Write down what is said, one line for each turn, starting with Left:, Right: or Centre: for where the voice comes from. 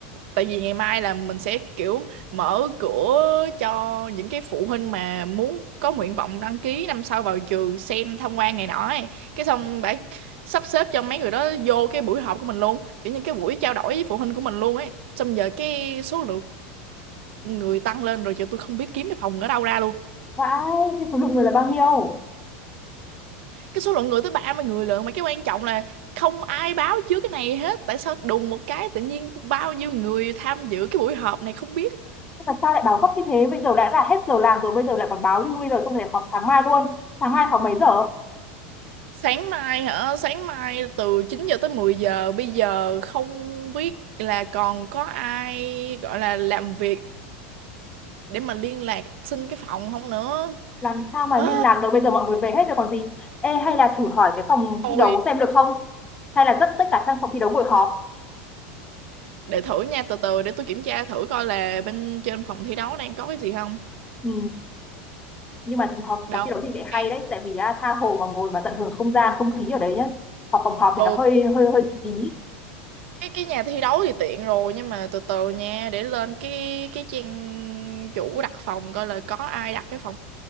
Right: tại vì ngày mai là mình sẽ kiểu mở cửa cho những cái phụ huynh mà muốn có nguyện vọng đăng ký năm sau vào trường xem tham quan này nọ ấy cái xong bà sắp xếp cho mấy người đó vô cái buổi họp của mình luôn kiểu như cái buổi trao đổi với phụ huynh của mình luôn ấy xong giờ cái số lượng người tăng lên rồi giờ tôi không biết kiếm cái phòng ở đâu ra luôn
Left: vãi thế số lượng người là bao nhiêu
Right: cái số lượng người tới 30 người lận mà cái quan trọng là không ai báo trước cái này hết tại sao đùng một cái tự nhiên bao nhiêu người tham dự cái buổi họp này không biết
Left: Thế mà sao lại báo gấp như thế bây giờ đã là hết giờ làm rồi bây giờ lại còn báo như bây giờ không thể họp sáng mai luôn sáng mai họp mấy giờ
Right: sáng mai hả sáng mai từ 9 giờ tới mười giờ bây giờ không biết là còn có ai gọi là làm việc để mà liên lạc xin cái phòng không nữa
Left: làm sao mà
Right: à,
Left: liên lạc được bây giờ mọi người về hết rồi còn gì ê hay là thử hỏi cái phòng
Right: thôi
Left: thi đấu xem được không hay là dắt tất cả sang phòng thi đấu ngồi họp
Right: để thử nha từ từ để tôi kiểm tra thử coi là bên trên phòng thi đấu đang có cái gì không
Left: ừ. nhưng mà họp
Right: đâu
Left: phòng thi đấu thì lại
Right: cái-
Left: hay đấy tại vì à, tha hồ mà ngồi mà tận hưởng không gian không khí ở đấy nhá họp phòng họp thì
Right: ừ
Left: nó hơi hơi hơi tí tí.
Right: cái cái nhà thi đấu thì tiện rồi nhưng mà từ từ nha để lên cái cái trang chủ đặt phòng coi là có ai đặt cái phòng